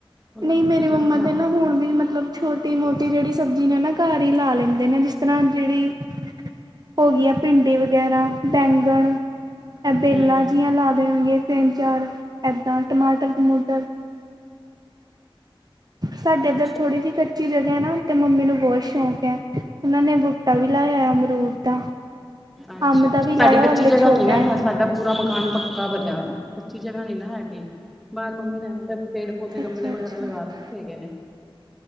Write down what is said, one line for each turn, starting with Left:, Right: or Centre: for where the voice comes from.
Centre: ਉਹਨਾਂ
Right: ਨਹੀਂ
Centre: ਚੀਜ਼ਾਂ
Right: ਮੇਰੀ ਮੰਮਾ
Centre: ਦਾ ਧਿਆਨ
Right: ਤੇ ਨਾ
Centre: ਰੱਖਣਾ
Right: ਹੁਣ ਵੀ ਮਤਲਬ। ਛੋਟੀ ਮੋਟੀ ਜਿਹੜੀ ਸਬਜ਼ੀ ਨੇ ਨਾ ਘਰ ਹੀ ਲਾ ਲੈਂਦੇ ਨੇ ਜਿਸ ਤਰ੍ਹਾਂ ਜਿਹੜੀ। ਹੋ ਗਈ ਆ ਭਿੰਡੀ ਵਗੈਰਾ ਬੈਂਗਣ ਐ ਬੇਲਾਂ
Centre: ਹੂੰ
Right: ਜਿਹੀਆਂ ਲਾ ਦੇਣਗੇ। ਤਿੰਨ ਚਾਰ ਇੱਦਾਂ ਟਮਾਟਰ ਟਮੂਟਰ। ਸਾਡੇ
Centre: ਅੱਛਾ
Right: ਇੱਧਰ ਥੋੜ੍ਹੀ ਜਿਹੀ ਕੱਚੀ ਜਗਾ ਹੈ ਨਾ, ਤੇ ਮੰਮੀ ਨੂੰ ਬਹੁਤ ਸ਼ੌਕ ਹੈ। ਉਹਨਾਂ ਨੇ ਬੂਟਾ ਵੀ ਲਾਇਆ ਆ, ਅਮਰੂਦ ਦਾ।
Centre: ਅੱਛਾ-
Right: ਅੰਬ
Centre: ਅੱਛਾ
Right: ਦਾ ਵੀ ਲਾਇਆ
Centre: ਸਾਡੀ ਕੱਚੀ
Right: ਉਹ ਹਲੇ
Centre: ਜਗ੍ਹਾ
Right: ਛੋਟਾ
Centre: ਨੀ ਨਾ,
Right: ਹੈ
Centre: ਸਾਡਾ। ਪੂਰਾ ਮਕਾਨ ਪੱਕਾ ਬਣਿਆ ਹੋਇਆ, ਕੱਚੀ ਜਗ੍ਹਾ ਨੀ ਨਾ ਹੈਗੀ, ਬਾਹਰ ਮੰਮੀ ਨੇ ਤੇ। ਪੇੜ ਪੌਦੇ ਗਮਲੇ
Right: ਅੱਛਾ
Centre: ਵਗੈਰਾ
Right: ਅੱਛਾ
Centre: ਲਗਾ ਰੱਖੇ ਹੈਗੇ ਨੇ।